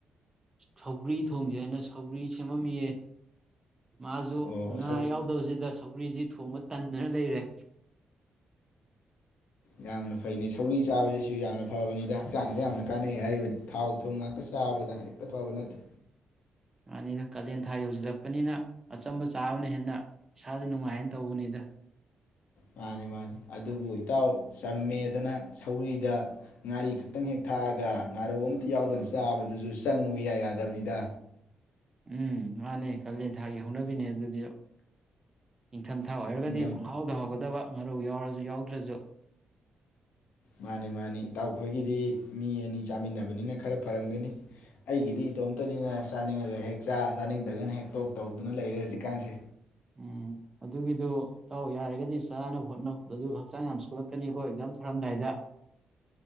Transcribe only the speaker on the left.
ꯑꯣ
ꯁꯧ
ꯌꯥꯝꯅ ꯐꯩꯩꯅꯩ ꯁꯧꯒꯔꯤ ꯆꯥꯕꯁꯤꯁꯨ ꯌꯥꯝꯅ ꯐꯕꯅꯤꯗ ꯍꯛꯆꯥꯡꯗ ꯌꯥꯝꯅ ꯀꯥꯟꯅꯩ ꯍꯥꯏꯔꯤꯕꯗꯤ ꯊꯥꯎ ꯊꯨꯝ ꯉꯥꯛꯇ ꯆꯥꯕꯗꯅ ꯍꯦꯛꯇ ꯐꯕ ꯅꯠꯇꯦ
ꯃꯥꯅꯤ ꯃꯥꯅꯤ ꯑꯗꯨꯕꯨ ꯏꯇꯥꯎ ꯆꯝꯃꯦꯗꯅ ꯁꯧꯒꯔ꯭ꯤꯗ ꯉꯥꯔꯤ ꯈꯛꯇꯪ ꯍꯦꯛ ꯊꯥꯛꯑꯒ ꯉꯥꯔꯧ ꯑꯃꯇ ꯌꯥꯎꯗꯅ ꯆꯥꯕꯗꯨꯁꯨ ꯆꯪꯉꯨ ꯏꯌꯥ ꯌꯥꯗꯝꯅꯤꯗ
ꯏꯪꯗꯝ
ꯃꯥꯅꯤ ꯃꯥꯅꯤ ꯏꯇꯥꯎꯈꯣꯏꯒꯤꯗꯤ ꯃꯤ ꯑꯅꯤ ꯆꯥꯃꯤꯟꯅꯕꯅꯤꯅ ꯈꯔ ꯐꯔꯝꯒꯅꯤ ꯑꯩꯒꯤꯗꯤ ꯏꯇꯣꯝꯇꯅꯤꯅ ꯆꯥꯅꯤꯡꯉꯒ ꯍꯦꯛ ꯆꯥ ꯆꯥꯅꯤꯡꯗ꯭ꯔꯒꯅ ꯍꯦꯛ ꯇꯣꯛ ꯇꯧꯗꯨꯅ ꯂꯩꯔꯦ ꯍꯧꯖꯤꯛꯀꯥꯟꯁꯦ